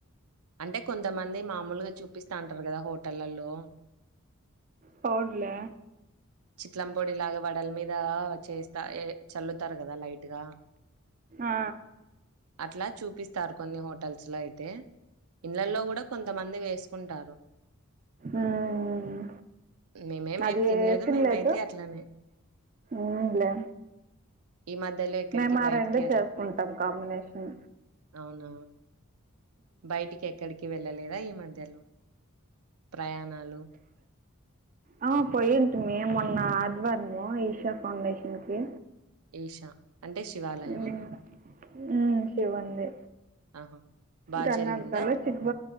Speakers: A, on the right; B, on the right.
A: అంటే కొంతమంది మామూల్గా చూపిస్తా ఉంటారు కదా హోటళ్లలో
B: పవుడ్లె
A: చిట్లం పొడి లాగ వడల మీద చేస్తా చల్లుతారు కదా లైట్గా
B: అ ఆ
A: అట్లా చూపిస్తారు కొన్ని హోటల్స్ లో అయితే ఇండ్లలో కూడ కొంతమంది వేసుకుంటారు
B: ఉమ్
A: మేమేమి
B: అది
A: ఏం తినలేదు
B: ఏసిన్లేదు
A: మేమైతే అట్లనే
B: ఏం లేే
A: ఈ మధ్యలో ఎక్కడికి
B: మేము ఆ
A: బయటికి
B: రెండు చేసుకుంటాం కాంబినేషన్
A: అవున బయటికి ఎక్కడికి వెళ్ళలేదా ఈ మధ్యలో ప్రయాణాలు
B: ఆ పోయింటిమి మొన్న ఆదివారము ఈషా ఫౌండేషన్ కి
A: ఈషా అంటే శివాలయం
B: ఉమ్ ఉమ్ శివున్ది
A: ఆహా బా
B: కర్ణాటకాల
A: జరిగిందా
B: చిక్బ